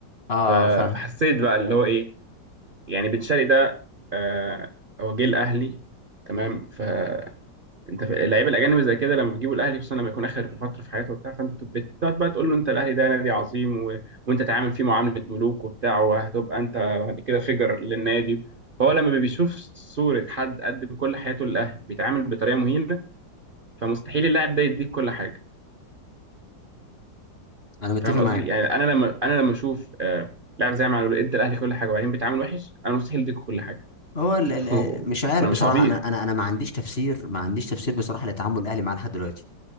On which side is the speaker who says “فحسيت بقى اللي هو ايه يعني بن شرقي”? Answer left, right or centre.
Right